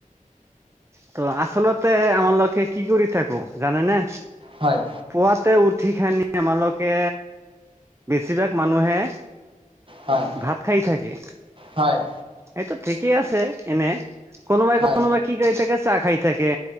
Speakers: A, on the right; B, on the right.
A: ত' আচলতে আমা লোকে কি কৰি থাকোঁ জানে নে।
B: হয়
A: পুৱাতে উঠি <unintelligible> আমালোকে। বেছিভাগ মানুহে
B: হয়
A: ভাত খাই থাকে।
B: হয় হয়
A: এইটো ঠিকেই আছে এনে, কোনোবাই-কোনোবাই
B: হয়
A: কি কৰি থাকে, চাহ খাই থাকে।